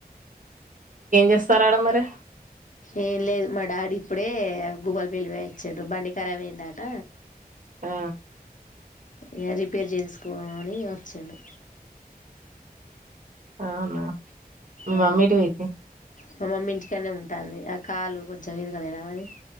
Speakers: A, on the right; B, on the left.
A: చేస్తారు ఆడ మరి
B: ఏ లేదు మడా అడి ఇప్పుడే భూపాలపెల్లి పోయోచిన్రు బండి కరబైయిందట
A: ఆ
B: ఇగ రిపేర్ చేయించుకొని ఒచ్చిండు
A: అవునా మీ
B: ఆ
A: మమ్మేటు వోయింది
B: మా మమ్మీ ఇంటికన్నే ఉంటుంది ఆ కాలూ కొంచెం ఇరగలేదా అవేది